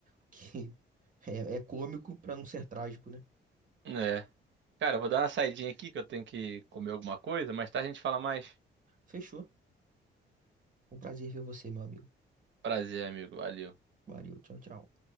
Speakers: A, on the right; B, on the right.
A: O que <laughs> é, é cômico para não ser trágico, né?
B: É. Cara, eu vou dar uma saidinha aqui que eu tenho que comer alguma coisa, mas tarde a gente fala mais.
A: Fechou. Um prazer ver você, meu amigo.
B: Prazer, amigo. Valeu.
A: Valeu, tchau, tchau.